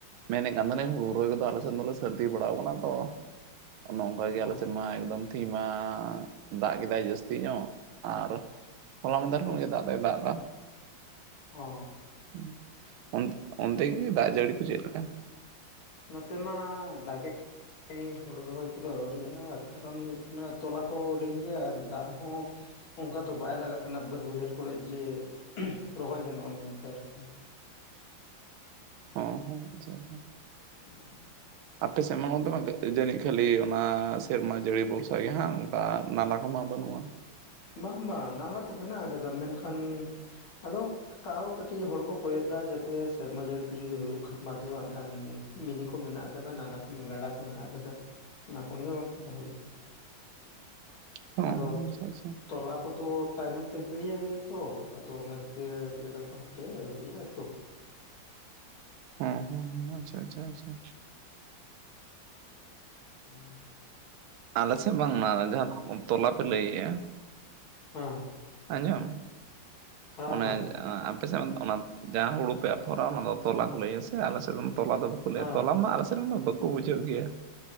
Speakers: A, on the right; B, on the left.
A: ᱢᱮᱱᱮᱜ ᱠᱟᱱ ᱛᱟᱦᱮᱞᱤᱧ ᱦᱩᱲᱩ ᱨᱚᱦᱚᱭ ᱠᱚᱫᱚ ᱟᱞᱮ ᱥᱮᱫ ᱫᱚᱞᱮ ᱥᱟᱹᱨᱫᱤ ᱵᱟᱲᱟᱣ ᱟᱠᱟᱱᱟ ᱛᱚ᱾ ᱚᱱᱮ ᱚᱝᱠᱟ ᱜᱮ
B: ᱚ
A: ᱟᱞᱮ ᱥᱮᱫ ᱢᱟ ᱮᱠᱫᱚᱢ ᱛᱤᱦᱤᱧ ᱢᱟ ᱫᱟᱜ ᱠᱮᱫᱟᱭ ᱡᱟᱹᱥᱛᱤ ᱧᱚᱜ᱾ ᱟᱨ ᱦᱚᱞᱟ ᱢᱟᱸᱫᱷᱮᱨ ᱠᱷᱚᱱ ᱜᱮ ᱫᱟᱜ ᱫᱚᱭ ᱫᱟᱜ ᱮᱫᱟ᱾ᱚᱱ
B: ᱚ
A: ᱚᱱᱛᱮ ᱜᱮ ᱫᱟᱜ ᱡᱟᱹᱲᱤ ᱠᱚ ᱪᱮᱫ ᱞᱮᱠᱟ?
B: ᱱᱚᱛᱮ ᱢᱟ ᱫᱟᱜᱮᱜ <unintelligible> ᱦᱳᱲᱳ ᱨᱚᱦᱚᱭ ᱠᱚᱫᱚ ᱟᱹᱣᱨᱤᱭᱟᱜᱼᱟ, ᱠᱟᱨᱚᱱ ᱦᱩᱭᱩᱜ ᱠᱟᱱᱟ ᱛᱚᱞᱟ ᱠᱚ ᱦᱩᱰᱤᱧ ᱜᱮᱭᱟ ᱟᱨ ᱫᱟᱜ ᱦᱚᱸ ᱚᱝᱠᱟ ᱫᱚ ᱵᱟᱭ ᱞᱟᱜᱟᱜ ᱠᱟᱱᱟ ᱵᱟᱹᱫ ᱵᱟᱹᱭᱦᱟᱹᱲ ᱠᱚᱨᱮᱜ ᱡᱮ, ᱨᱚᱦᱚᱭ ᱜᱟᱱᱚᱜᱼᱟ ᱢᱮᱱᱛᱮ ᱟᱨᱠᱤ᱾
A: ᱚ ᱦᱚᱸ ᱟᱪᱷᱟ ᱟᱪᱷᱟ᱾
B: ᱦᱩᱸ᱾
A: ᱟᱯᱮ ᱥᱮᱫ ᱢᱟ ᱚᱱᱛᱮ ᱢᱟ <unintelligible> ᱡᱟᱹᱱᱤᱡ ᱠᱷᱟᱹᱞᱤ ᱚᱱᱟ ᱥᱮᱨᱢᱟ ᱡᱟᱹᱲᱤ ᱵᱷᱚᱨᱥᱟ ᱜᱮ ᱦᱟᱸᱜ ᱚᱱᱠᱟ ᱱᱟᱞᱟ ᱠᱚᱦᱚᱸ ᱢᱟ ᱵᱟᱹᱱᱩᱜᱼᱟ᱾
B: ᱵᱟᱝ ᱵᱟᱝ ᱱᱟᱞᱟ ᱠᱚ ᱢᱮᱱᱟᱜ ᱟᱠᱟᱫ-ᱟ, ᱢᱮᱱᱠᱷᱟᱱ ᱟᱫᱚ ᱛᱟᱣ ᱠᱟᱹᱴᱤᱡ ᱦᱚᱸᱲ ᱠᱚ ᱠᱚᱭᱚᱜ ᱫᱟ, ᱡᱟᱛᱮ ᱥᱮᱨᱢᱟ ᱡᱟᱹᱲᱤᱛᱮ ᱡᱩᱫᱤ ᱦᱩᱭᱩᱜ ᱠᱷᱟᱱ ᱵᱷᱟᱜᱮ, ᱵᱟᱝᱠᱷᱟᱱ ᱵᱤᱱᱤ ᱠᱚ ᱢᱮᱱᱟᱜ ᱟᱠᱟᱫᱟ, ᱱᱟᱞᱟ ᱠᱚ, ᱜᱟᱰᱟ ᱠᱚ ᱢᱮᱱᱟᱜ ᱟᱠᱟᱫᱟ ᱚᱱᱟ ᱠᱷᱚᱱ ᱜᱮ ᱵᱟᱝᱠᱷᱟᱱ ᱨᱚᱦᱚᱭᱚᱜᱼᱟ᱾
A: ᱦᱚᱸ
B: ᱟᱫᱚ
A: ᱦᱚᱸ
B: <unintelligible>
A: ᱟᱪᱪᱷᱟ ᱟᱪᱪᱷᱟ
B: ᱛᱚᱞᱟ ᱠᱚᱫᱚ ᱛᱟᱭᱱᱚᱢ ᱛᱮ ᱜᱤᱲᱤᱭᱟᱭ ᱛᱚ, ᱟᱫᱚ ᱚᱱᱟ ᱠᱷᱟᱹᱛᱤᱨ ᱞᱟᱹᱭ ᱫᱟᱠᱚ ᱦᱟᱯᱮ ᱟᱹᱣᱨᱤᱭᱟᱜ-ᱟ ᱛᱚ᱾
A: ᱦᱚᱸ ᱦᱚᱸ ᱦᱩᱸ ᱟᱪᱪᱷᱟ ᱟᱪᱪᱷᱟ ᱟᱪᱪᱷᱟ᱾
B: ᱩᱸ᱾
A: ᱟᱞᱮ ᱥᱮᱫ ᱵᱟᱝᱢᱟ ᱡᱟᱦᱟᱸ ᱛᱚᱞᱟ ᱯᱮ ᱞᱟᱹᱭᱮᱜ-ᱟ
B: ᱦᱮᱸ
A: ᱟᱸᱡᱚᱢ?
B: ᱦᱮᱸ
A: ᱚᱱᱮ
B: ᱦᱮᱸ
A: ᱮᱸ ᱟᱯᱮ ᱥᱮᱫ ᱚᱱᱟ ᱡᱟᱦᱟᱸ ᱦᱩᱲᱩ ᱯᱮ ᱟᱯᱷᱚᱨᱟ ᱚᱱᱟ ᱫᱚ ᱛᱚᱞᱟ ᱠᱚ ᱞᱟᱹᱭᱟ ᱥᱮ ᱟᱞᱮ ᱥᱮᱫ ᱫᱚ ᱛᱚᱞᱟ ᱫᱚ ᱵᱟ ᱠᱚ ᱞᱟᱹᱭᱟ
B: ᱦᱮᱸ
A: ᱛᱚᱞᱟ ᱢᱟ ᱟᱞᱮ ᱥᱮᱫ ᱢᱟ ᱵᱟᱠᱩ ᱵᱩᱡᱷᱟᱹᱣ ᱜᱮᱭᱟ,